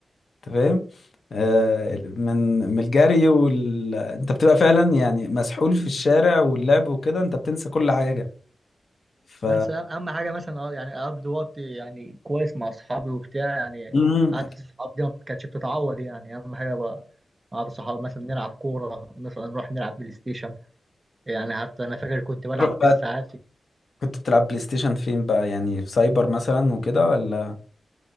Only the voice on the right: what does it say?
بنسى اهم حاجه مثلا اه يعني اقضي وقت يعني كويس مع اصحابي وبتاع يعني
قعدة الصحاب دي ما كانتش بتتعوض يعني اهم حاجه بقى مع الصحاب مثلا نلعب كوره مثلا نروح نلعب بلاي ستيشن يعني حتى انا فاكر كنت بلعب
بالساعات